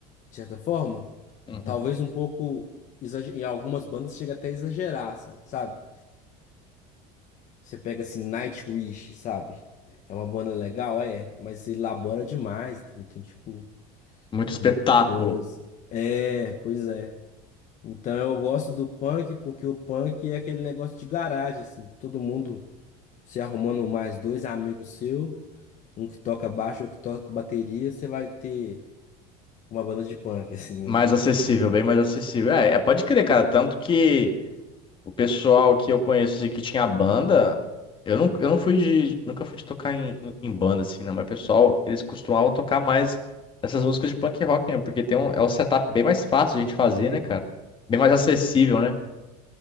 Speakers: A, on the left; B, on the left.
A: de certa forma.
B: Uhum.
A: Talvez um pouco, exager- em algumas bandas chega até a exagerar, sa- sabe? Você pega assim, Nightwish, sabe? É uma banda legal, é, mas elabora demais, entendeu? Tem, tipo,
B: muito espetáculo,
A: muita coisa. É, pois é. Então eu gosto do punk porque o punk é aquele negócio de garagem, assim. Todo mundo se arrumando mais dois amigos seu, um que toca baixo, outro que toca bateria, você vai ter uma banda de punk, <laughs> assim,
B: mais
A: né?
B: acessível, bem mais acessível. É, é, pode crer, cara, tanto que o pessoal que eu conheço assim, que tinha banda, eu não, eu não fui de, nunca fui de tocar em, em, em banda assim, não, mas pessoal, eles costumavam tocar mais essas músicas de punk rock, né? Porque tem um, é um setup bem mais fácil de a gente fazer, né, cara? Bem mais acessível, né?